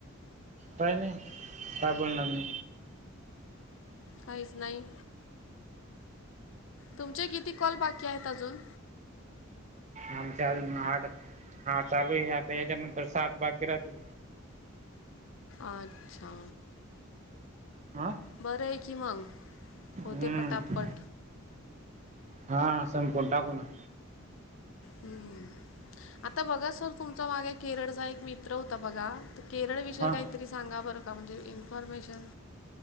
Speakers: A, on the right (about 35°); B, on the left (about 65°).
A: काय नाही काय बोलणार मी
B: काहीच नाही तुमचे किती कॉल बाकी आहेत अजून
A: आमच्या अजून आठ हा चालू आहे आता याच्यानंतर सात बाकी्य राहतील
B: अच्छा.
A: हं
B: बरं आहे की मग
A: हम्म
B: होते पटापट.
A: हा संपवून टाकूू ना.
B: हम् आता बघा सर तुमचा मागे केरळचा एक मित्र होता बघा. तर केरळ विषयी
A: हा
B: काहीतरी सांगा बरं का म्हणजे इन्फॉर्मेशन.